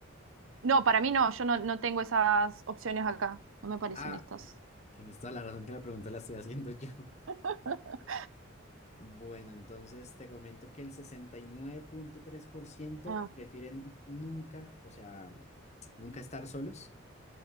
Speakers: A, on the right; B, on the left.
A: No, para mí no, yo no, no tengo esas opciones acá. No me parecen
B: Ah,
A: estas.
B: tienes toda la razón que la pregunta la estoy haciendo <laughs> yo.
A: <laughs>
B: Bueno, entonces te comento que el sesenta y nueve punto tres por ciento
A: Ah,
B: prefieren nunca, o sea, nunca estar solos